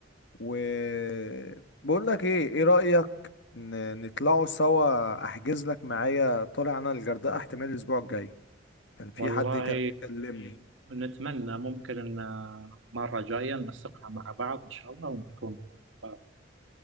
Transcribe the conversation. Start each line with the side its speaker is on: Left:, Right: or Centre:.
Left: وبقول لك ايه ايه رايك ن- نطلعوا سوا احجز لك معايا طالع انا الغردقه احتمال الاسبوع الجاي كان في
Right: والله
Left: حد كان مكلمني اوكي
Right: نتمنى ممكن ان مرة جاية ننسقها مع بعض ان شاء الله ونكون مع بعض